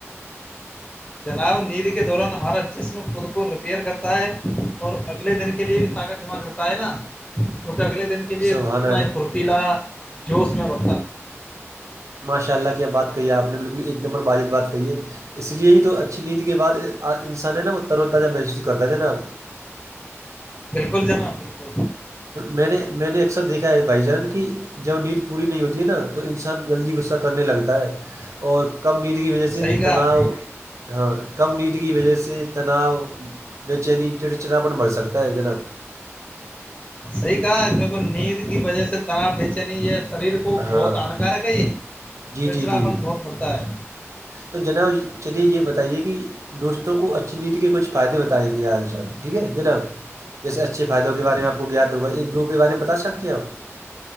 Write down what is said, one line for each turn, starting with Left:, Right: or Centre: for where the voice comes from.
Left: جناب نید کے دوران ہمارا جسم خود کو ریپیئر کرتا ہے اور اگلے دن کے لیے بھی طاقت جمع کرتا ہے نا کیونکہ اگلے دن کے لیے
Right: سبحان
Left: اتنا
Right: اللہ،
Left: ہی پھرتیلا جوش میں بتا
Right: ماشاء اللہ کی آب بات کہی ہے آپ نے بالکل ایک نمبر باجد بات کہی ہے اس لیے ہی تو اچھی نید کے بعد انسان ہے نا وہ تر و تازہ محسوس کرتا ہے ج ناب
Left: بالکل جناب بالکل
Right: میں نے میں نے اکثر دیکھا ہے بھائی جان کی جب نیند پوری نہیں ہوتی ہے نا تو انسان جلدی غصہ کرنے لگتا ہے اور کم نیند کی وجہ
Left: صحیح
Right: سے
Left: کہا
Right: تناؤ ہاں کم نیند کی وجہ سے تناؤ بے چینی چڑ چناپن بڑھ سکتا ہے جناب
Left: صحیح کہا کیک نیند کی وجہ سے تناپ بیچے نہیں یہ شریر کو بہت
Right: ہاں
Left: ہانکارک ہے یہ
Right: جی
Left: چڑچڑاپن
Right: جی جی
Left: بہت پڑتا ہے
Right: تو جناب چلیے یہ بتائیے کہ دوستوں کو اچھی نیتی کے کچھ فائدے بتائیں گے آج ش ٹھیک ہے جناب جیسے اچھھی فائدوں کے بارے میںپ
Left: ٹھیک
Right: گیا ہوا ایک دو کے بارے میں بتا سکتے ہیں آپ